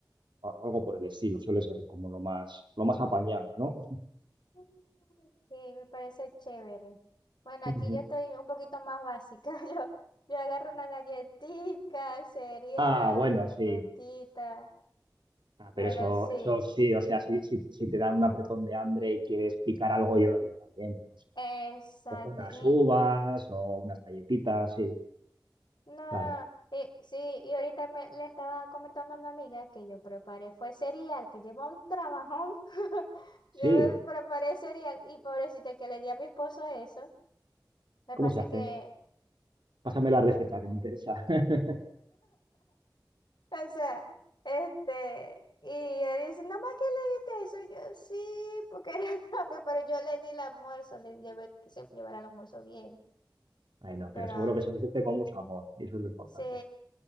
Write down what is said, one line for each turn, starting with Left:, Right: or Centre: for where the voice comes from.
Right: a- algo por el estilo, suele ser como lo más, lo más apañado, ¿no?
Left: Mm, Sí, me parece chévere. Bueno,
Right: Ujú.
Left: aquí yo estoy un poquito más básica. <laughs> Yo, yo agarro una galletita, el cereal,
Right: Ah, bueno, sí.
Left: la frutita,
Right: Ah, pero
Left: pero
Right: eso,
Left: sí,
Right: eso sí, o sea, si, si, si te da un apretón de hambre y quieres picar algo, yo, yo también, pues no sé.
Left: exacto.
Right: Cojo unas
Left: Y
Right: uvas o unas galletitas, sí,
Left: No,
Right: claro.
Left: eh, sí, y ahorita me, le estaba comentando a una amiga que yo preparé, fue cereal, que lleva un trabajón. <laughs> Yo
Right: Sí,
Left: me preparé cereal y pobrecita que le di a mi esposo eso. Me
Right: ¿cómo
Left: pasa
Right: se hace?
Left: que,
Right: Pásame la receta
Left: <laughs>
Right: que me interesa. <laughs>
Left: o sea, este, y él dice, nada más que le diste eso, yo sí, porque era rápido, <laughs> pero yo le di el almuerzo, le llevé que se llevara el almuerzo bien,
Right: Bueno,
Left: pero
Right: pero seguro
Left: ah,
Right: que se lo hiciste con mucho amor, y eso es lo importante.
Left: Sí,